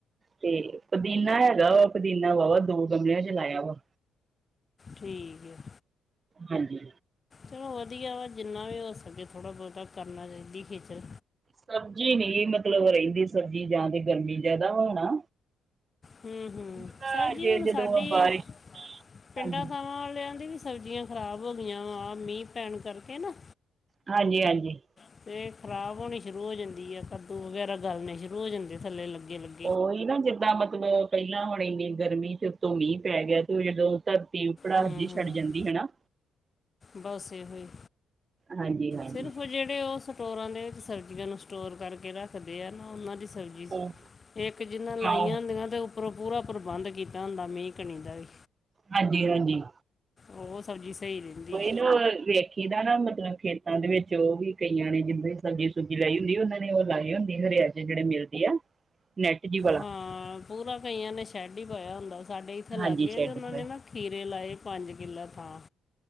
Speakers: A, on the right; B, on the left.
A: ਤੇ ਪੁਦੀਨਾ ਹੈਗਾ ਵਾ ਪੁਦੀਨਾ ਵਾ-ਵਾ ਦੋ ਗਮਰਿਆਂ ਚ ਲਾਇਆ ਵਾ।
B: ਠੀਕ ਆ।
A: ਹਾਂਜੀ।
B: ਚਲੋ, ਵਧੀਆ ਵਾ ਜਿੰਨਾ ਵੀ ਹੋ ਸਕੇ, ਥੋੜ੍ਹਾ-ਬਹੁਤਾ ਕਰਨਾ ਚਾਹੀਦੀ ਖੇਚਲ
A: ਸਬਜ਼ੀ ਨੀ ਮਤਲਬ ਰਹਿੰਦੀ ਸਬਜ਼ੀ ਜਾਂ ਤੇ ਗਰਮੀ ਜਿਆਦਾ ਵ ਹੋਣਾ।
B: ਹੂੰ-ਹੂੰ,
A: ਕੀ ਪਤਾ
B: ਸਰ ਜੀ
A: ਜੇ
B: ਹੁਣ
A: ਜਦੋਂ
B: ਸਾਡੀ
A: ਬਾਰਿਸ਼
B: ਪਿੰਡਾਂ
A: ਹਾਂਜੀ
B: ਥਾਵਾਂ ਆਲਿਆਂ ਦੀ ਵੀ। ਸਬਜ਼ੀਆਂ ਖ਼ਰਾਬ ਹੋ ਗਈਆਂ ਵਾ ਮੀਂਹ ਪੈਣ ਕਰਕੇ ਨਾ।
A: ਹਾਂਜੀ-ਹਾਂਜੀ।
B: ਅਤੇ ਖਰਾਬ ਹੋਣੀ ਸ਼ੁਰੂ ਹੋ ਜਾਂਦੀ ਹੈ, ਕੱਦੂ ਵਗੈਰਾ ਗਾਲਣੇੇ ਸ਼ੁਰੂ ਹੋ ਜਾਂਦੇ ਥੱਲੇ ਲੱਗੇ-ਲੱਗੇ।
A: ਉਹੀ ਨਾ ਜਿੱਦਾਂ ਮਤਲਬ ਪਹਿਲਾਂ ਹੁਣ ਇੰਨੀ ਗਰਮੀ ਤੇ ਉੱਤੋਂ ਮੀਂਹ ਪੈ ਗਿਆ ਤੇ ਉਹ ਜਦੋਂ ਧਰਤੀ ਉ ਭੜਾਸ
B: ਹੂੰ
A: ਜੇਇ
B: ਹੂੰ
A: ਛੱਡ ਜਾਂਦੀ ਹੈਨਾ
B: ਬਸ ਇਹੋ ਹੀ
A: ਹਾਂਜੀ ਹਾਂਜੀ
B: ਸਿਰਫ ਜਿਹੜੇ ਉਸ ਸਟੋਰਾਂ ਦੇ ਵਿੱਚ ਸਬਜ਼ੀਆਂ ਨੂੰ ਸਟੋਰ ਕਰਕੇ ਰੱਖਦੇ ਆ ਨਾ ਉਹਨਾਂ ਦੀ ਸਬਜ਼
A: ਉਹ
B: ਇੱਕ ਜਿੰਨਾ ਲਾਈਆਂ
A: ਹਾਂ
B: ਹੁੰਦੀਆਂ ਤੇ ਉਪਰੋ ਪੂਰਾ ਪ੍ਰਬੰਧ ਕੀਤਾ ਹੁੰਦਾ ਮੀਂਹ ਕਣੀ ਦਾ ਵੀ
A: ਹਾਂਜੀ ਹਾਂਜੀ
B: ਉਹ ਸਬਜ਼ੀ ਸਹੀ ਰਹਿੰਦੀ
A: ਲ ਵੇਖੀ ਦਾ ਨਾ ਮਤਲਬ ਖੇਤਾਂ ਦੇ ਵਿੱਚ ਉਹ ਵੀ ਕਈਆਂ ਨੇ ਜਿੱਦਾਂ ਸਬਜੀ ਸੂਬਜੀ ਲਾਈ ਹੁੰਦੀ ਉਹਨਾਂ ਨੇ ਉਹ ਲਾਈ ਹੁੰਦੀ ਹਰਿਆ ਚ ਜਿਹੜੇ ਮਿਲਦੀ ਆ ਨੈਟ ਜੀ ਵਾਲਾ
B: ਹਾਂ ਪੂਰਾ ਕਈਆਂ ਨੇ ਸ਼ੈੱਡ ਹੀ ਪਾਇਆ ਹੁੰਦਾ ਸਾਡੇ ਇੱਥੇ ਲਾਗੇ
A: ਹਾਂਜੀ
B: ਗਏ
A: ਸ਼ੈਡ
B: ਅਤੇ ਉਹਨਾਂ
A: ਪਰ।
B: ਨੇ ਨਾ ਖੀਰੇ ਲਈ ਪੰਜ ਕਿੱਲੇ ਥਾਂ-